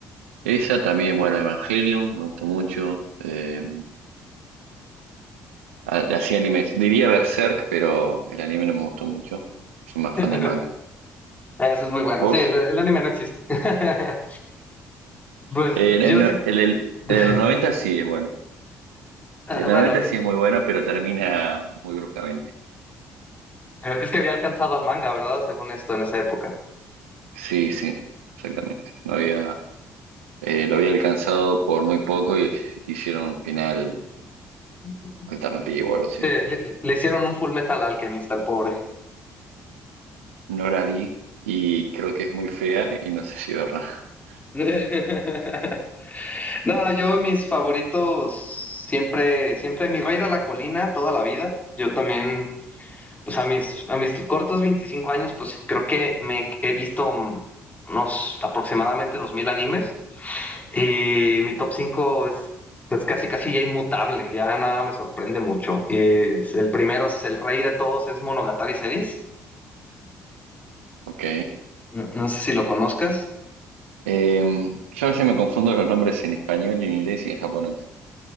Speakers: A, on the right; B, on the left.
A: Esa también, bueno, Evangelion, me gustó mucho. eh, a- así animes. Diría Berserk, pero el anime no me gustó mucho. Soy
B: <laughs>
A: más fan del manga.
B: Eso es muy bueno.
A: ¿Vos?
B: Sí, el, el anime no existe. <laughs> Pues
A: El,
B: yo
A: el,
B: sí.
A: el- el-
B: <laughs>
A: el de los 90 sí es bueno. El de los
B: Bueno,
A: 90 sí es muy bueno, pero termina muy bruscamente.
B: eh, es que había alcanzado al manga, ¿verdad? Según esto, en esa época.
A: Sí, sí, exactamente. No había, eh, lo había alcanzado por muy poco y hicieron un final
B: Sí,
A: alternativo o algo así.
B: le, le hicieron un Full Metal Alchemist al pobre.
A: No la vi y creo que es muy fea y no sé si verla. <laughs>
B: <laughs> No, yo mis favoritos siempre, siempre mi rey de la colina toda la vida. Yo también, pues a mis, a mis cortos 25 años, pues creo que me he visto mm, unos aproximadamente 2000 animes y mi top 5 es pues casi casi ya inmutable, ya nada me sorprende mucho. Y es- el primero es el rey de todos, es Monogatari Series.
A: Ok.
B: No, no sé si lo conozcas.
A: Em, yo a veces me confundo los nombres en español, en inglés y en japonés.